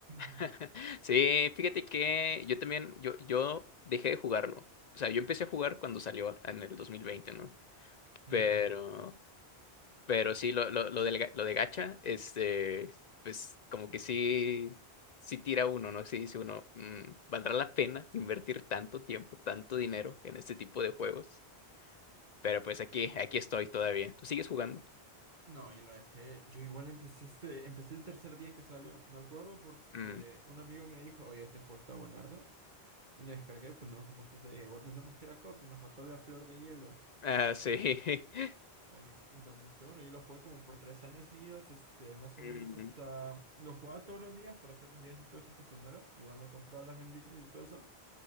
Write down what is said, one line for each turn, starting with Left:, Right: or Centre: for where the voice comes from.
Left: <laughs>
Right: <laughs>
Left: sí, fíjate que yo también, yo, yo dejé de jugarlo. O sea, yo empecé a jugar cuando salió en el 2020, ¿no?
Right: Literal.
Left: Pero Pero sí, lo, lo, lo, del ga- lo de gacha, este, pues como que sí, sí tira uno, ¿no? Sí dice uno, "Mm, ¿valdrá la pena invertir tanto tiempo, tanto dinero en este tipo de juegos? Pero pues aquí, aquí estoy todavía. ¿Tú sigues jugando?
Right: No, y lo dejé. Yo igual empecé este, empecé el tercer día que salió. Me acuerdo porque
Left: Mm,
Right: un amigo me dijo, oye, este juego está buenardo. Me lo descargué, pero no lo jugamos ese día. Igual pensamos que era copy, nos mató la flor de hielo.
Left: Ah, sí. <laughs>
Right: Ok, Entonces, este, bueno, yo lo jugué como por tres años seguidos, este, más o
Left: Mm,
Right: menos hasta... Lo jugaba todos los días para hacer las 10 y todo eso hasta Sumero. Igual me compraba las bendiciones y todo eso.